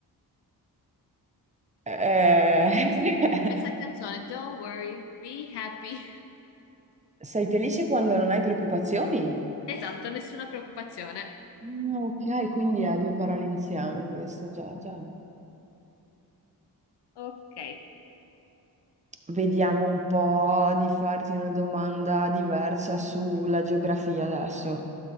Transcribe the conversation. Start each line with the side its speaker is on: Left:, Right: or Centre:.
Right: Eh,
Left: Pensa alla canzone Don't worry, be happy. <laughs>
Right: <laughs> Sei felice quando non hai preoccupazioni?
Left: Esatto, nessuna preoccupazione.
Right: Ah, ok, quindi è due parole insieme questa, già, già.
Left: Ok,
Right: Vediamo un po' di farti una domanda diversa sulla geografia adesso.